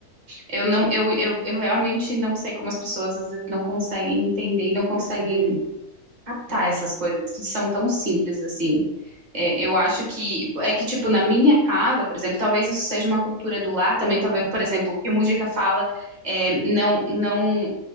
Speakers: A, on the right; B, on the right.
A: eu não, eu, eu, eu realmente não sei como as pessoas às vezes não conseguem entender e não conseguem
B: Perceber,
A: captar
B: é,
A: essas coisas que são tão simples assim. É, eu acho que é que tipo na minha casa, por exemplo, talvez isso seja uma cultura do lar também, talvez,
B: ah,
A: por exemplo, o que o Mujica fala, é, não, não.